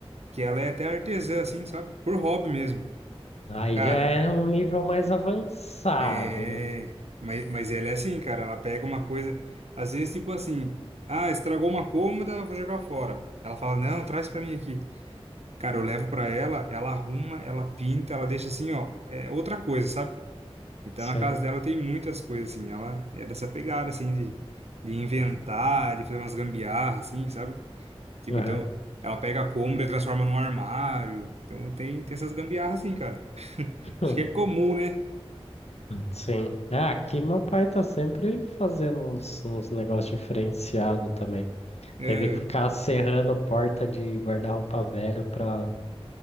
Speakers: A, on the right; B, on the left.
A: que ela é até artesã, assim, sabe? Por hobby mesmo.
B: Aí
A: Cara,
B: já é um nível mais avançado,
A: é.
B: né?
A: Mas, mas ela é assim, cara, ela pega uma coisa. Às vezes, tipo assim, ah, estragou uma cômoda, vou jogar fora. Ela fala, não, traz pra mim aqui. Cara, eu levo pra ela, ela arruma, ela pinta, ela deixa assim, ó, é outra coisa, sabe? Então
B: Sei.
A: na casa dela tem muitas coisas, assim, ela é dessa pegada, assim, de, de inventar, de fazer umas gambiarras, assim, sabe? Tipo,
B: Aham.
A: então, ela pega a cômoda e transforma num armário. Então, tem, tem essas gambiarras assim, cara. <laughs> Acho
B: <laughs>
A: que é comum, né?
B: Sim. É, aqui meu pai tá sempre fazendo uns, uns negócios diferenciados também.
A: Aham.
B: Teve que ficar serrando porta de guarda-roupa velho pra,